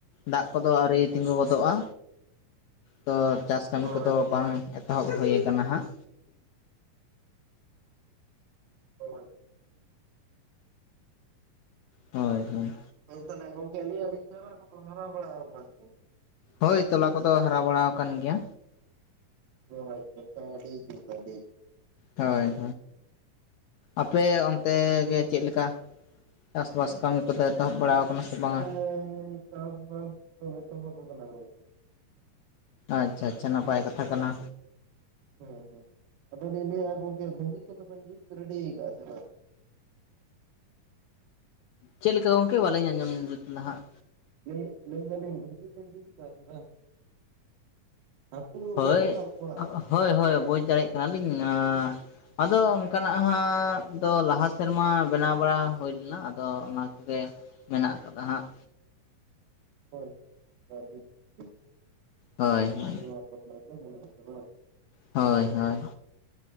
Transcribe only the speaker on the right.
ᱚ
ᱟᱪᱪᱷᱟ
ᱦᱳᱭ᱾
<unintelligible> ᱛᱟᱞᱦᱮ ᱜᱚᱝᱠᱮ ᱞᱟᱹᱭ ᱟᱞᱤᱧ ᱪᱟᱨᱟ ᱠᱚᱫᱚ ᱦᱟᱨᱟᱣ ᱵᱟᱲᱟᱣ ᱠᱟᱱᱟ ᱥᱮ ᱵᱟᱝ?
ᱦᱳᱭ ᱦᱳᱭ <unintelligible> ᱟᱹᱰᱤ ᱡᱩᱛ ᱟᱹᱰᱤ ᱡᱩᱛ᱾
ᱛᱟᱦᱚᱞᱮ ᱜᱚᱝᱠᱮ
ᱦᱮᱸ᱾ ᱪᱟᱥ ᱵᱟᱥ ᱫᱚ ᱮᱛᱚᱦᱚᱵ ᱠᱟᱱᱟ ᱜᱚᱝᱠᱮ᱾
ᱦᱮᱸ ᱦᱮᱸ᱾ ᱟᱫᱚᱞᱤᱧ ᱞᱟᱹᱭᱮ-ᱟ ᱜᱚᱝᱠᱮ ᱜᱷᱩᱜᱤ ᱠᱚᱫᱚ ᱵᱮᱱ ᱡᱩᱛ ᱨᱮᱰᱤᱭ ᱠᱟᱜᱼᱟ ᱥᱮ ᱵᱟᱝ?
ᱞᱟ. ᱭᱜ ᱞᱟ. ᱭ ᱫᱟᱞᱤᱧ ᱜᱷᱩᱜᱤ ᱵᱮᱱ ᱡᱩᱛᱷ ᱠᱟᱜ-ᱟ ᱥᱮ ᱵᱟᱝ? ᱦᱟᱹᱠᱩ
ᱵᱟᱵᱮᱱ ᱥᱟᱵ ᱠᱚᱣᱟ
<unintelligible>